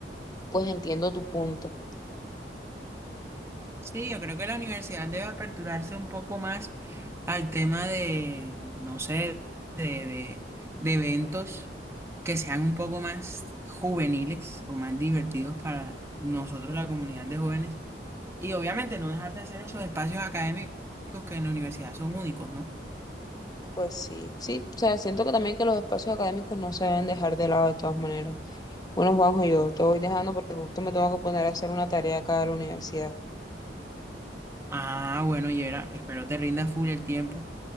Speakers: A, on the left (about 20°); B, on the right (about 15°).
A: pues entiendo tu punto.
B: Sí, yo creo que la universidad debe aperturarse un poco más al tema de, no sé, de, de, de eventos que sean un poco más juveniles o más divertidos para nosotros, la comunidad de jóvenes. Y obviamente no dejar de hacer esos espacios académicos que en la universidad son únicos, ¿no?
A: Pues sí, sí, o sea, siento que también que los espacios académicos no se deben dejar de lado de todas maneras. Bueno, Juanjo, yo te voy dejando porque justo me tengo que poner a hacer una tarea acá de la universidad.
B: Ah, bueno, Yera, espero te rinda full el tiempo.